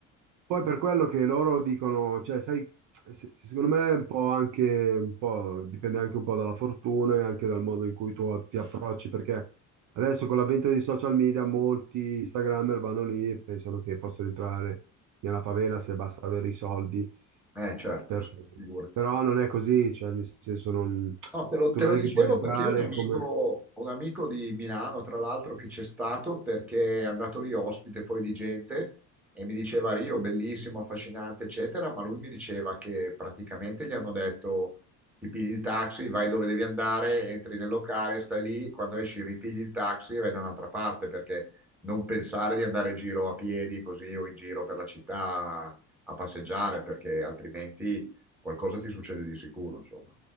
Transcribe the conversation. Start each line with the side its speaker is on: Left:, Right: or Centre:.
Right: Poi per quello che loro dicono, cioè, sai, se- se secondo me è un po' anche, un po', dipende anche un po' dalla fortuna e anche dal modo in cui tu ti approcci, perché adesso con l'avvento dei social media molti Instagrammer vanno lì e pensano che possono entrare nella favela se basta avere i soldi.
Centre: Eh, certo,
Right: per-
Centre: sì, figurati.
Right: Però non è così, cioè, nel senso, non-
Centre: No, te lo,
Right: tu
Centre: te
Right: non
Centre: lo
Right: è
Centre: dicevo
Right: che puoi entrare
Centre: perché un amico,
Right: come...
Centre: un amico di Milano, tra l'altro, che c'è stato perché è andato lì ospite poi di gente e mi diceva Rio, bellissimo, affascinante, eccetera, ma lui mi diceva che praticamente gli hanno detto ti pigli il taxi, vai dove devi andare, entri nel locale, stai lì, quando esci ripigli il taxi e vai da un'altra parte perché non pensare di andare in giro a piedi così o in giro per la città a passeggiare perché altrimenti qualcosa ti succede di sicuro, insomma.